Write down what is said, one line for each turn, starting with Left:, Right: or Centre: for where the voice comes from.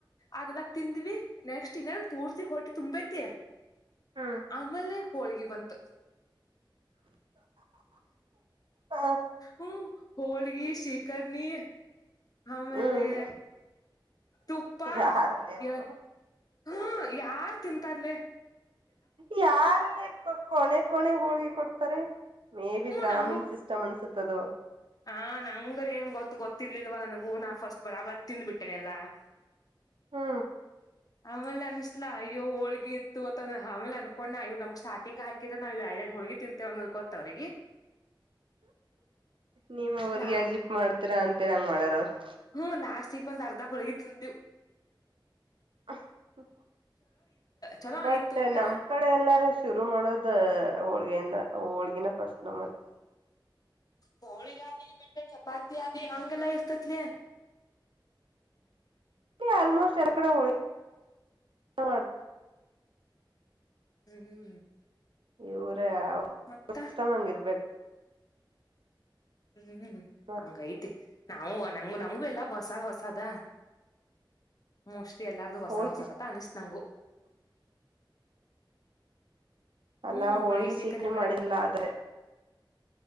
Left: ಅದಲ್ಲಕ ತಿಂದ್ವಿ ನೆಕ್ಸ್ಟ್ ಇನ್ನೇನ್ ಪೂರ್ತಿ ಹೊಟ್ಟಿ ತುಂಬೈತಿ
Right: ಹ್ಮ್
Left: ಆಮೇಲೆೇ ಹೋಳ್ಗಿ ಬಂತು
Right: ಹ
Left: ಹ್ಮ ಹಳಗ ಶಿಕರ್ ನೀ ಆಮೇಲೆ
Right: ಹ್ಮ್
Left: ತುಪ್ಪ
Right: ಯಾರಲ್ಲ ಇವ್ರು
Left: ಯ ಹ್ಮ ಯಾರ್ ತಿಂತಾರ್ಲ
Right: ಯಾರಲ್ಲೇ ಕಣೆ ಕಣೆ ಹಿ ಕೊಡ್ತಾರೆ ಮೇ ಬಿ ಬ್ರಹಾಮೀಣ್
Left: ನಂಗು
Right: ಸಿಸ್ಟಮ್ ಅನ್ಸುತ್ತದು
Left: ಹಾ ನಂಗರ ಏನ್ ಗೊತ್ತ ಗೊತ್ತಿರ್ಲಿಲ್ವ ನನಗೂ ನಾ ಫಸ್ಟ್ ಬರಾಬರ್ ತಿಂದ ಬಿಟ್ಟೇನೆ ಎಲ್ಲಾ <inaudible>
Right: ಹ್ಮ
Left: ಆಮೇಲೆ ಅನಸ್ಲಾ ಅಯ್ಯ ಹೋಳಗ ಇತ್ತು ಆ ಅನ್ಕೊಂಡ್ಣ ಇವ ನಮ್ ಸಾರ್ಟಿಂಗ್ ಹಾಕಿದ್ರ ನಾವುೆಡ್ ಹಳಗ ತಿಂತೆೇವೆ ಅನ್ನೋದು ಗೊತ್ತ ಅವಿಗೆ
Right: ನೀವ್ ಅವ್ರಿಗೆ
Left: ಲಾ
Right: ಅಜಿಬ್ ಮಾಡ್ತೀರಾ ಅಂತೇಳಿ ಹಂಗ್ ಮಾಡ್ಯಾರ ಅವ್ರು
Left: ಹ್ಮ ಲಾಸ್ ಪ ತಾರತ ದಾ ಹೊಳಗಿ ತಿವು
Right: ಹ
Left: ಚಲೋ
Right: ಬಟ್
Left: ಇತ್ ಊಟ
Right: ನಮ್ ಕಡೆ ಎಲ್ಲ ಶುರು ಮಾಡೋದ ಹೋಳ್ಗೆಯಿಂದ ಹೋಳ್ಗಿನ ಫಸ್ಟ್ ನಮ್ಮತ್
Left: ಹೋಳಿ ಆಲಿ ಬಿಟ್ಟೆ ಚಪಾತಿ ಆಲಿ ಹಂಗೆಲ್ಲ ಇರ್ತತ್ಲ <inaudible>
Right: ಆಲ್ಮೋಸ್ಟ್ ಎರ ಕಡೆ ಹಳ ಮಾಡ
Left: ಹ್ಮ್ ಹ್ಮ್
Right: ಇವರೇ
Left: ಮತ್ತ
Right: ಸಿಸ್ಟಮ್ ಹಂಗ ಇರ್ಬೇಕು
Left: ಹ್ಮ್
Right: ಮತ್
Left: ಹಂಗೈತೆ ನಾವು ನಂಗ ನಮಗು ಎಲ್ಲ ಹೊಸಾದ್ ಹೊಸದ ಮಸ್ ಎಲ್ಲಾರ್ದು ಹೊಸ
Right: ಹೋಳ್ಗಿ
Left: ಹೊಸತತ ಅನಿಸತ ನಂಗು
Right: ಅಲ್ಲಾ
Left: ಹ್ಮ್
Right: ಹೋಳ್ಗಿ
Left: ಹೋಳಿಗಿ ಸಿಕನ್ನಿ
Right: ಸೀಕ್ರಿ ಮಾಡಿಲ್ಲಾ ಅದ